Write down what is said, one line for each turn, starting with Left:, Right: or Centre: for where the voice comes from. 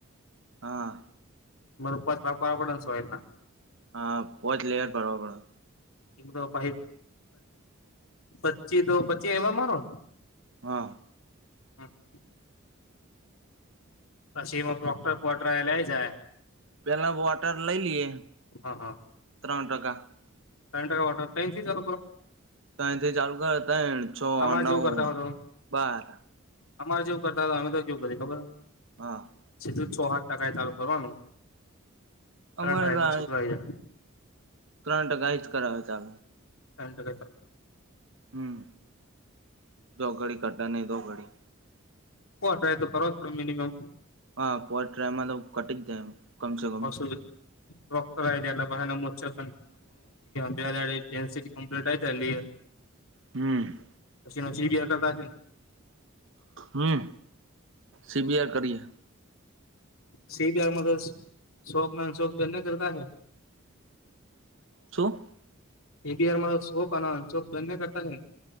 Right: હા
Left: મપત બાપ પડ સ હોયલ ના
Right: હા પો જ લેયર ભરવા પડે
Left: એમ તો પ પચી તો પચી એ મારો
Right: હા
Left: હા હા પછી એમાં પ્રોક્ટર બોટરા લઈ જાય
Right: પહેલા વ આટર લઈ લીએ
Left: હા હા
Right: ત્રણ ટકા
Left: પન્ટકા વાટર ટન તી જો
Right: તો અહીથી ચાલુ કરે ત છ
Left: અમારે
Right: નવ
Left: જેવું કરતા હતો
Right: બાર
Left: અમારે જેવું કરતા હતા અમે તો કેવું કર ખબર
Right: હા
Left: સીધું છ સાઠ ટકા એ ચાલુ કરવાનું ત્રણ
Right: અમારે
Left: ટ્રાયમાં
Right: તો
Left: સીધું આવી જાય
Right: ત્રણ ટકા હ જ કરાવે ચલે
Left: એ ચ
Right: હમ દો ઘડી કટા નહી તોો ઘડી
Left: કોટ તો કરવા પડે મિમમ
Right: હા પોટ્ર એમાં તો કટી જ જાય એમ કમસે કમ
Left: વસલ ડોક્ટર મોચ્છર બેટી કમ્પ્લીટયર
Right: હમ
Left: પછીનછી બી કરતાને
Right: હમ સીબીઆર કરીએ
Left: સી બીઆર મ શોક ના અન શોખ બને કરતા હ
Right: શું
Left: એ બીઆાર શોક શોક બંને કરતા છે